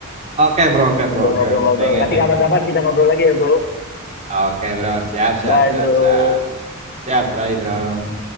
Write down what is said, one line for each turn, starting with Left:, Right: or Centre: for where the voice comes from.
Right: Eh, Oke bro, oke bro,
Left: udah
Right: oke.
Left: ngobrol-ngobrol.
Right: Thank you,
Left: Nanti
Right: thank
Left: kapan-kapan
Right: you.
Left: kita ngobrol lagi ya bro.
Right: Oke bro, siap, siap,
Left: Bye
Right: siap,
Left: bro.
Right: siap. Siap, Rai bro.